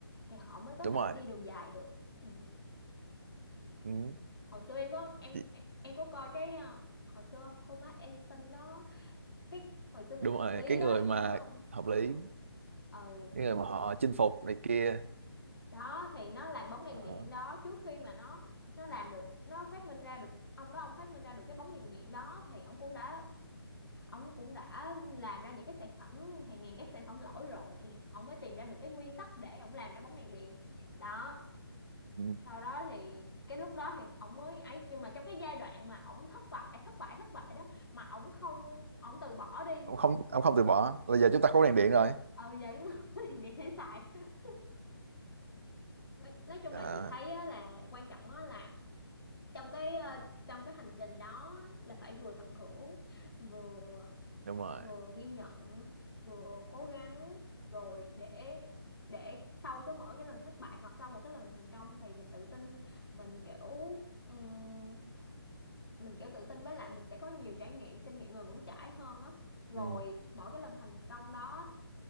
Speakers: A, on the left; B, on the right.
A: thì họ mới có
B: đúng
A: thể
B: rồi
A: đi đường dài được ừ.
B: Ừ,
A: hồi xưa em có em
B: chị-
A: em có coi cái ờ, hồi xưa Thomas Edison đó cái hồi xưa mình
B: đúng
A: học
B: rồi
A: lý
B: cái
A: đó
B: người
A: em
B: mà
A: nhớ không
B: hợp
A: ừ
B: lý
A: ừ
B: cái người mà họ chinh phục này kia
A: đó thì nó làm bóng đèn
B: Đó.
A: điện đó trước khi mà nó nó làm được nó phát minh ra được ông đó ông phát minh ra được cái bóng đèn điện đó thì ông cũng đã ông cũng đã làm ra những cái sản phẩm hàng ngàn cái sản phẩm lỗi rồi thì ông mới tìm ra được cái nguyên tắc để ông làm ra bóng đèn điện đó
B: ừ.
A: sau đó thì cái lúc đó thì ông mới ấy nhưng mà trong cái giai đoạn mà ông thất bại thất bại thất bại đó mà ông không ông từ bỏ đi
B: ông không ông không từ bỏ là giờ chúng ta có
A: ờ
B: đèn điện rồi
A: ờ, giờ chúng ta <laughs> không có đèn điện để xài <laughs> nói, nói chung
B: à,
A: là chị thấy á, là quan trọng á, là trong cái ờ, trong cái hành trình đó là phải vừa tận hưởng vừa
B: đúng rồi
A: vừa ghi nhận vừa cố gắng rồi để để sau cái mỗi cái lần thất bại hoặc sau một cái lần thành công thì mình tự tin mình kiểu ừm, mình kiểu tự tin với lại mình sẽ có nhiều trải nghiệm kinh nghiệm mà vững chãi hơn á rồi
B: ừ.
A: mỗi cái lần thành công đó